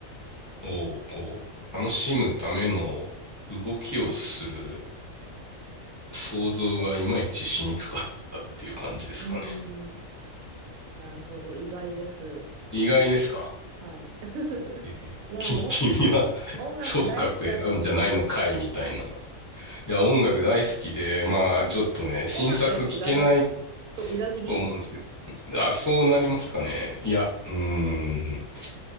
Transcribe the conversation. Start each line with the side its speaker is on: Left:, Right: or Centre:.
Left: をこう楽しむための動きをする想像がいまいちしにくかったっていう感じですかね。
Right: うん、なるほど。意外です。
Left: 意外ですか
Right: はい。<laughs>
Left: えき君は
Right: いや、もう
Left: <laughs>
Right: 音楽大好きだと思って。
Left: 聴覚選ぶんじゃないのかいみたいな。いや、音楽大好きで、まあちょっとね、
Right: なん
Left: 新作聴けない
Right: 音楽への裏が、そう、裏切り。
Left: と思うんですけど。あ、そうなりますかね。いや、うーん。